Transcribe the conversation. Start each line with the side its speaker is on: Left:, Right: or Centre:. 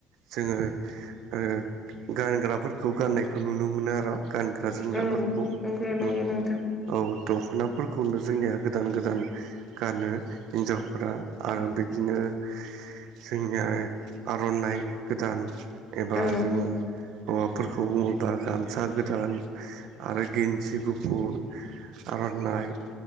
Right: जोङो ओ-गानग्राफोरखौ गाननायखौ नुनो मोनो आर। गानग्रा जोमग्राफोरखौ
Left: औ नंगौ नंगौ
Right: उम
Left: नोंथां
Right: औ दखना फोरखौनो जोंनिया गोदान गोदान गानो हिनजावफोरा आरो बिदिनो। जोंनिया आर'नाइ गोदान एबा
Left: औ
Right: जोङो हौवाफोरखौ बुङोब्ला गामसा गोदान आरो गेन्सि गुफुर आरो आरनाय